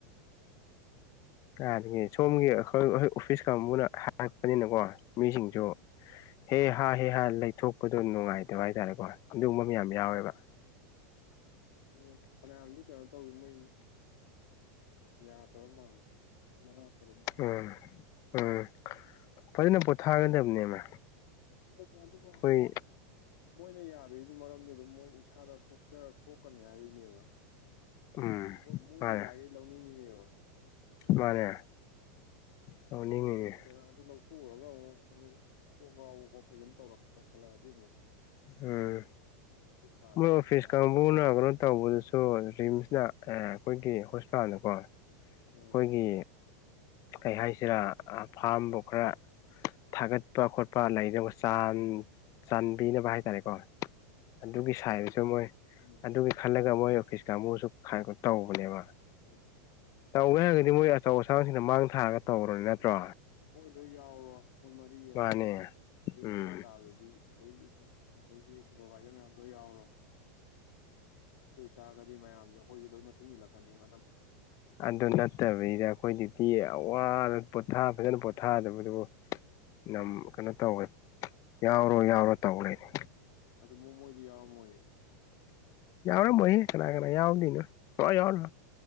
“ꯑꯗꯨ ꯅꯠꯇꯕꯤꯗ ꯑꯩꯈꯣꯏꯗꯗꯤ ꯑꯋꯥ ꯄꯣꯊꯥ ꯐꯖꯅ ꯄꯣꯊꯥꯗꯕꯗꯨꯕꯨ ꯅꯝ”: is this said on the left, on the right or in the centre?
Left